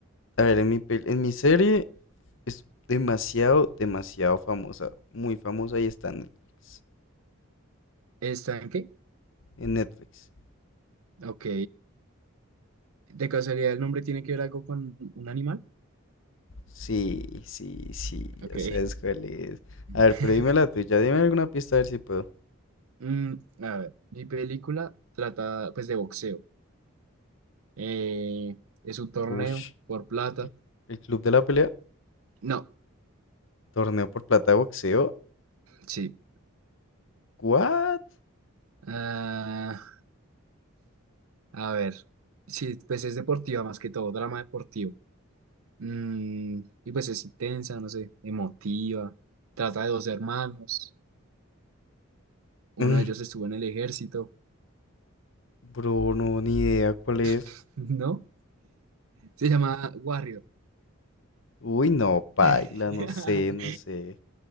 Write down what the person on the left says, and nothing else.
a ver, en mi, pel- en mi serie es demasiado, demasiado famosa. Muy famosa y está en Netflix.
En Netflix.
Sí, sí, sí,
ya sabes cuál es. A ver,
pero dime la tuya, dime alguna pista a ver si puedo.
Ush,
el, el club de la pelea,
torneo por plata de boxeo.
¿What?
Mm,
bro, no, ni idea cuál es.
Uy, no, paila,
no sé, no sé.